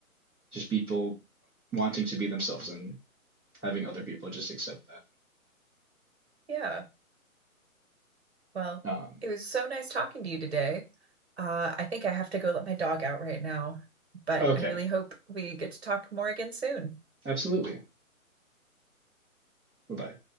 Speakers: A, in the centre; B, on the right.
A: just people wanting to be themselves and having other people just accept that
B: Yeah. Well,
A: um
B: it was so nice talking to you today. Uh, I think I have to go let my dog out right now, but
A: okay
B: I really hope we get to talk more again soon.
A: absolutely bye bye